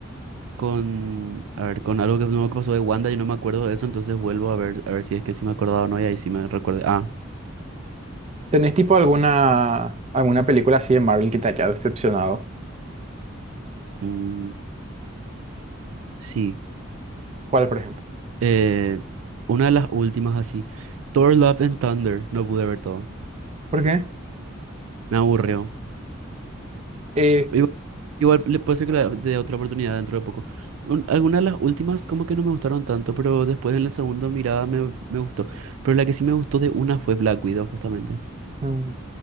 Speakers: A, on the right; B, on the right.
A: con, a ver, con algo que, no, que pasó de Wanda y no me acuerdo de eso, entonces vuelvo a ver, a ver si es que sí me acordaba o no, y ahí sí me recuerdo. Ah,
B: ¿Tenés tipo alguna, alguna película así de Marvel que te haya decepcionado?
A: mm, sí.
B: ¿Cuál, por ejemplo?
A: Eh, una de las últimas así. Thor, Love and Thunder, no pude ver todo.
B: ¿Por qué?
A: Me aburrió.
B: Eh,
A: Igual, igual le puede ser que le dé otra oportunidad dentro de poco. Un- algunas de las últimas como que no me gustaron tanto, pero después en la segunda mirada me, me gustó. Pero la que sí me gustó de una fue Black Widow, justamente.
B: mm,